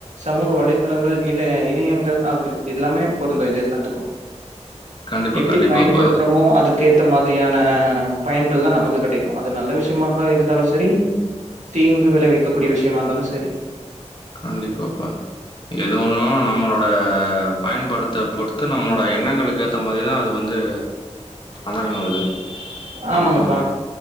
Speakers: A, on the right (about 80°); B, on the left (about 45°).
A: சமூக வலைதளங்கள் இல்ல இணையங்கள் அப்பிடி எல்லாமே பொருந்து இது எல்லாத்துக்கு
B: கண்டிப்பா,
A: எப்டி
B: கண்டிப்பாப்பா.
A: பயன்படுத்துறோமோ அதுக்கேத்த மா திரியான பயன்கள் தா நமக்கு கெடைக் அது நல்ல விஷ்யமாக இருந்தாலு செரி தீங்கு விளைவிக்கக் கூடிய விஷ்யமாருந்தாலு செரி
B: கண்டிப்பாப்பா எது ஒன்னு நம்மளோட பயன்பாடுத்த பொறுத்து நம்ளோட எண்ணங்களுக்கு ஏத்த மாரிதா அது வந்து அமையு அது
A: ஆமாங்கப்பா.
B: ஆமா